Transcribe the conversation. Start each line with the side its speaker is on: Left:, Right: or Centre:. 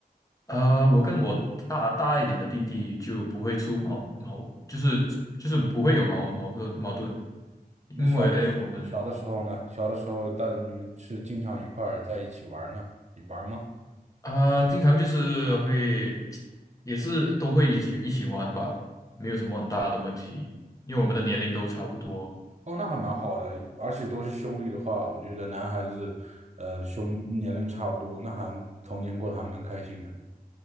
Left: 啊、我跟我大大一点的弟弟就不会出矛矛，就是就是不会有矛矛盾矛盾，因为我们
Right: 那小小的时候呢？小的时候，但你们是经常一块儿在一起玩儿呢？你玩儿吗？
Left: 啊、经常就是会，也是都会一起一起玩吧，没有什么很大的问题，因为我们的年龄都差不多。
Right: 哦，那还蛮好的，而且都是兄弟的话，我觉得男孩子，呃，兄年龄差不多，那还童年过得还蛮开心的，